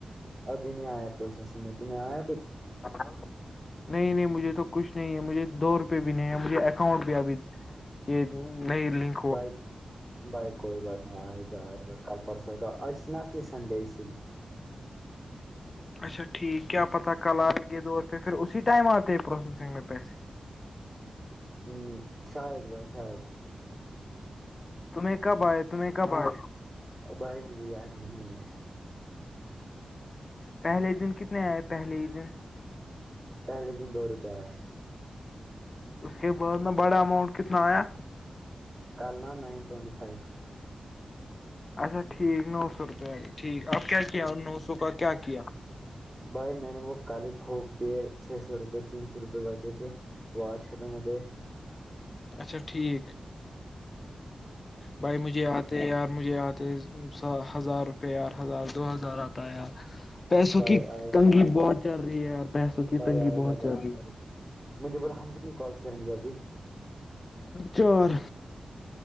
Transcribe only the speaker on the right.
ابھی نہیں آیا پروسیسنگ میں تمہیں آیا کچھ
بائک بھائی کوئی بات نہیں آئے گا آئے گا کل پرسوں آئے گا آ ج تھی نہ اسلی سنڈے اسی لیے
ہ شاہید بھائی شاہید
بھائی مجھے یاد ہی نہیں ہے
پہلے دن دو روپئے آئے
کل نا نائن ٹوونٹی فائیو
بھائی میں نے وہ کالی پھونک دیے چھ سو روپے تین سو روپے بچے تھے وہ آج ختم ہو گئے
بھائی
آئے گا،
بھائی
آئے
گا بھائی
آئے گا۔ مجھے بولا ہم کتنی کالس کریں گے ابھی